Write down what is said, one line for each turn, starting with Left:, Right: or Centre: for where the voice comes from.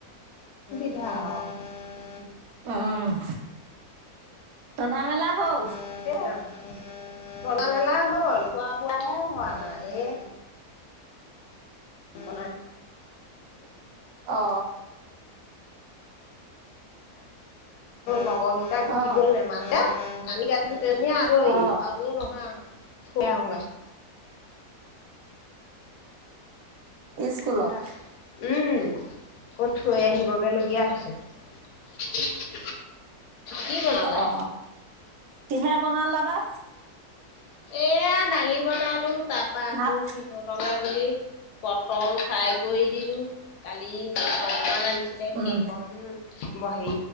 Left: অ উ।
Right: উম উম ৰন্ধা মেলা হল।
Left: <unintelligible> বনা মেলা গ'ল খোৱা বোৱাহে হোৱা নাই। সে। <inaudible> হ
Right: অ
Left: লগৰ কেইটা গুচি
Right: অ
Left: গ'ল নেমাতে কাট দুদ আৰহ
Right: অ অ
Left: পাবও নহয়। থ হগ।
Right: স্কুলত
Left: ত উম কত থৈ আহিবগে লগগীয়া হৈছে। <unintelligible> কি বনালে?
Right: অ কিহে বনলা ভাত?
Left: এয়া দালি বনালো। তাৰ পৰাা আকৌ
Right: ভাত
Left: সিহঁতলৈ বুলি পটল ফ্ৰাই কৰি দিলো কালি ম অকমান আনিছিলে
Right: উম
Left: সেইকণ ব হে